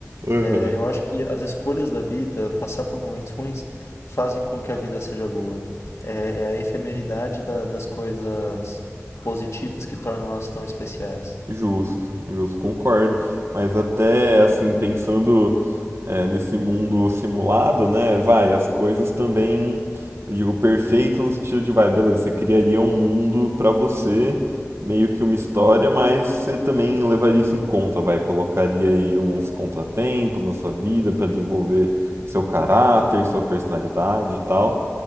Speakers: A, on the right (about 65°); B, on the left (about 80°).
A: Uhum.
B: É, eu acho que as escolhas da vida, passar por momentos ruins, fazem com que a vida seja boa. É, é a efemeridade da- das coisas positivas que tornam elas tão especiais.
A: Justo, justo, concordo. Mas até assim, pensando é, nesse mundo simulado, né? Vai, as coisas também, eu digo, perfeito no sentido de, vai, beleza, você criaria um mundo pra você, meio que uma história, mas você também levaria isso em conta, vai, colocaria aí uns contratempos na sua vida pra desenvolver seu caráter, sua personalidade e tal.